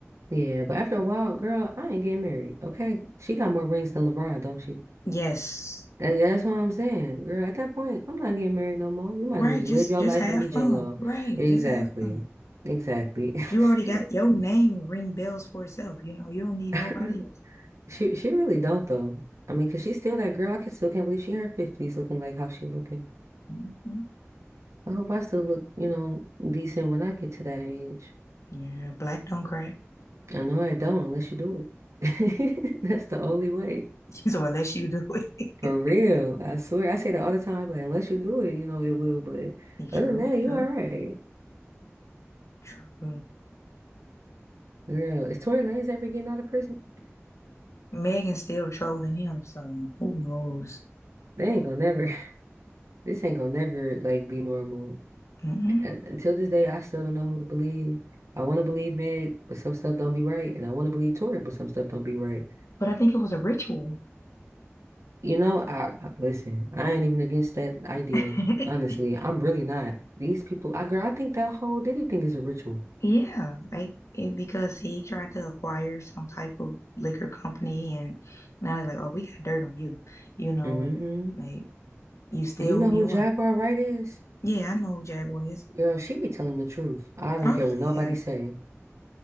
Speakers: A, on the right; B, on the left.
A: Yeah, but after a while, girl, I ain't getting married. Okay. She got more rings than LeBron, don't she?
B: Yes.
A: That, that's what I'm saying, girl. At that point, I'm not getting married no more. You might
B: Right,
A: as well just
B: just
A: live your
B: just
A: life
B: have
A: and be
B: fun.
A: J-Lo.
B: Right,
A: Exactly.
B: just have fun.
A: Exactly. <laughs>
B: You already got your name ring bells for itself, you know, you don't need
A: <laughs>
B: nobody else.
A: She she really don't though. I mean, cause she's still that girl. I can still can't believe she in her fifties looking like how she looking.
B: Mhm.
A: I hope I still look, you know, decent when I get to that age.
B: Yeah, black don't crack. <laughs>
A: I know I don't unless you do it. <laughs> That's the only way.
B: So unless you do it.
A: For real. I swear. I say that all the time. I be Like, unless you do it, you know, it will. But
B: <laughs> True,
A: other than that, you
B: true,
A: all right.
B: true.
A: Girl, is Tory Lanez ever getting out of prison?
B: Megan's still trolling him, so who knows?
A: They ain't gonna never. <laughs> This ain't gonna never like be normal.
B: Mhm.
A: And until this day, I still don't know who to believe. I want to believe Meg, but some stuff don't be right, and I want to believe Tory, but some stuff don't be right.
B: But I think it was a ritual.
A: You know, I I- listen, I ain't even against that idea.
B: <laughs>
A: Honestly, I'm really not. These people, I girl, I think that whole Diddy thing is a ritual.
B: Yeah, like it, because he tried to acquire some type of liquor company, and now they're like, "Oh, we got dirt on you," you know,
A: hmm
B: and like you still
A: Do you know
B: who
A: who
B: you
A: Jaguar
B: are.
A: Wright is?
B: Yeah, I know who Jaguar is.
A: Girl, she be telling the truth. I don't
B: Oh
A: care
B: yeah,
A: what nobody say.